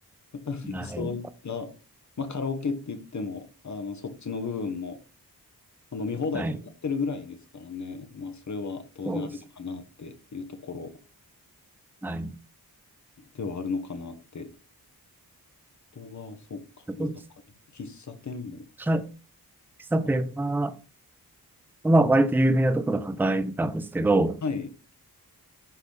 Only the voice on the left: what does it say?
<laughs>
そういった、まあカラオケって言っても、あの、そっちの部分も、飲み放題とかやってるぐらいですからね。
まあそれは当然あるのかなっていうところ
ではあるのかなって人が、そうか、居酒屋、
喫茶店も
あっ
た。はい。